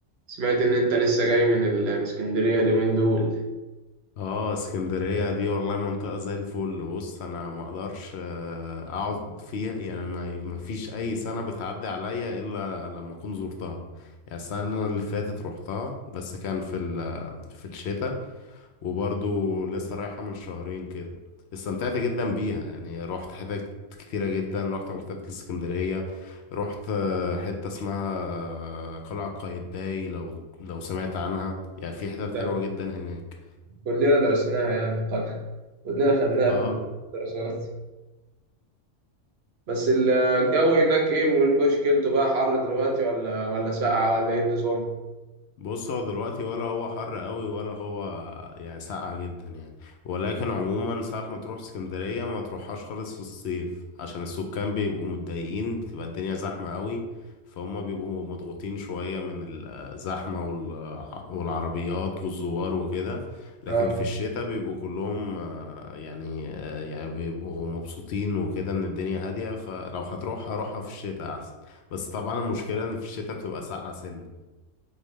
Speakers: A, on the right; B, on the left.
A: سمعت إن أنت لسه جاي من ال- من اسكندرية اليومين دول
B: اه اسكندرية دي والله منطقة زي الفل بص انا ما اقدرش آه، اقعد فيها يعني ما ما فيش اي سنة بتعدي عليا الا لما اكون زرتها يعني السنة اللي فاتت روحتها بس كان في ال- في الشتاء وبرضو لسه رايحة من شهرين كده استمتعت جدا بيها يعني روحت حتت كتيرة جدا روحت مكتبة الاسكندرية روحت آه، حتة اسمها آه، قلعة قايتباي لو لو سمعت عنها يعني في
A: أكيد
B: حتت
A: ده
B: حلوة جدا هناك
A: كلنا درسناها يعني قر- كلنا خدناها
B: اه
A: في الدراسات بس ال- الجو هناك إيه من مشكلته بقى حر دلوقتي ولا ولا ساقعة ولا إيه النظام؟
B: بص هو دلوقتي ولا هو حر قوي ولا هو يعني ساقع جدا يعني ولكن عموما ساعة ما تروح اسكندرية ما تروحهاش خالص في الصيف عشان السكان بيبقوا متضايقين بتبقى الدنيا زحمة قوي فهم بيبقوا مضغوطين شوية من الزحمة وال- والعربيات والزوار وكده لكن
A: آه
B: في الشتاء بيبقوا كلهم آه، يعني آه، يعني بيبقوا مبسوطين وكده ان الدنيا هادية فلو هتروح هروحها في الشتاء احسن بس طبعا المشكلة ان في الشتاء بتبقى ساقعة سنة